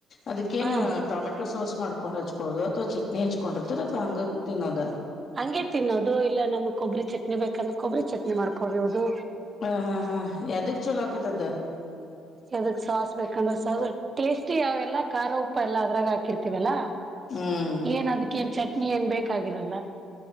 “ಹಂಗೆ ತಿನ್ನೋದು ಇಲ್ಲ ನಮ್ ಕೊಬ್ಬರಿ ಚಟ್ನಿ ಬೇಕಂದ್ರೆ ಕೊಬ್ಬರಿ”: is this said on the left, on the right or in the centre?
Right